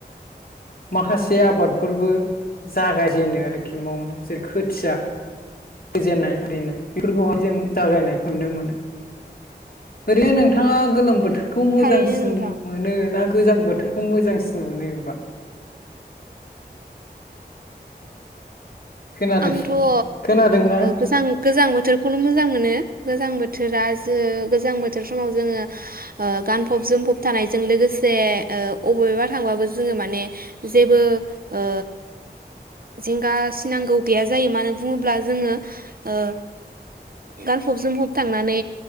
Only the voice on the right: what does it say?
थारैनो नोंथां
आंथ' ओ
गोजां गोजां बोथोरखौनो मोजां मोनो गोजां बोथोरा ओ गोजां बोथोर समाव जोङो गानफब जोमफब थानायजों लोगोसे ओ अबेबा थांबाबो जोङो माने जेबो ओ जिंगा सिनांगौ गैया जायो मानो बुङोब्ला जोङो ओ गानफब जोमफब थांनानै